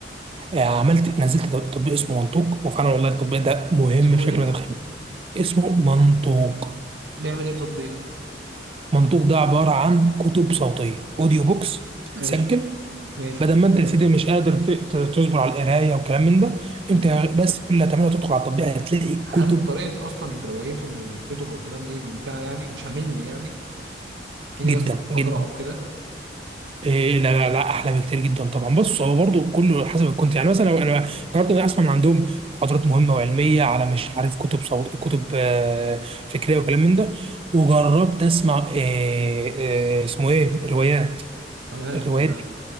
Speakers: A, on the right (about 30°); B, on the right (about 85°).
A: آه، عملت نزلت تط- تطبيق اسمه منطوق وفعلا والله التطبيق ده مهم
B: اسمه
A: بشكل
B: ايه
A: ما تتخيل اسمه منطوق
B: بيعمل ايه التطبيق ده
A: منطوق ده عباره عن كتب صوتيه اوديو بوكس بتتسجل
B: ماشي ماشي
A: بدل ما انت يا سيدي مش قادر ت- ت- تصبر على القرايه وكلام من ده
B: ماشي
A: انت بس كل اللي هتعمله تدخل على التطبيق هتلاقي
B: هل
A: كتب
B: طريقه اصلا روايتهم للكتب والكلام دي ممتعه يعني مش همل يعني كني
A: جدا
B: بس محاضره
A: جدا
B: او كده
A: إيه لا لا لا احلى بكتير جدا طبعا بص هو برضه كله حسب الكونت يعني مثلا لو انا جربت اني اسمع من عندهم محاضرات مهمه وعلميه على مش عارف كتب صوت كتب آه، فكريه وكلام من ده وجربت اسمع آه، آه، اسمه ايه روايات
B: تمام
A: الروايات
B: تمام
A: دي-